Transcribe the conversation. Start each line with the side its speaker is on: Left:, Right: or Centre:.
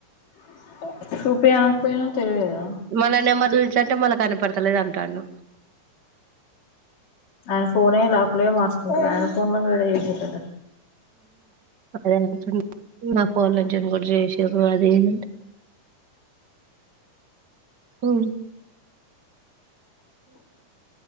Left: <inaudible> చూపి అనకపోయినవు తెలివి లేదా
Right: మళ్ళా నెంబర్ చూయించంటే మళ్ళా కనపడతలేదు అంటాండు
Left: అయన ఫోనే లాక్లే మార్సుకుంటాడు అయన ఫోన్ ల కేడా చేసిండట
Right: అదే అనిపించింది నా ఫోన్నేచేళ్లి కూడా చేశిరు అది ఇది అంటే ఉ